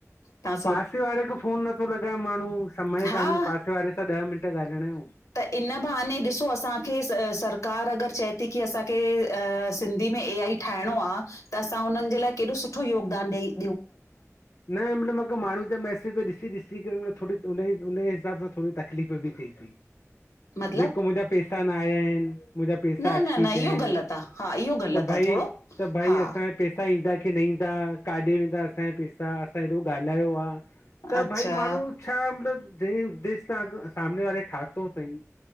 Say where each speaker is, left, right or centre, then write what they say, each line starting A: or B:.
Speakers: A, on the left (about 75°); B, on the left (about 60°).
A: त्हां
B: पासे वारे खे फोन नत्थो लॻाए माण्हूं, समय
A: हा।
B: कान्हे पासे वारे सां ॾह मिंट ॻाल्हाइण यो।
A: त इन बहाने ॾिसो असांखे स सरकार अगरि चए ती की असांखे अ सिंधी में ए आई ठाहेणो आ त असां हुनन् जे लाइ केॾो सुठो योगदान ॾईा।
B: न मतलब माण्हू जा मैसेज ॾिसी ॾिसी करे न। थोरी उन ई उन ई हिसाब सां थोरी तकलीफ़ बि थिए ती।
A: मतलब
B: जेको मुंजा पेैसा न आयाईन मुंजा पेैसा
A: न
B: अटकी
A: न न
B: पयाइन
A: इहो ग़लति आ हा इहो ग़लति
B: त भई।
A: आ थोरो
B: त भई
A: हा
B: असां या पेैसा ईंदा की न ईंदा काॾे वेंदा असां या पेैसा। पेैरों ॻाल्हायो आ त
A: अच्छा
B: भई माण्हू। छा मतलब ॾि ॾिसां सामने वारे ठातो थईं।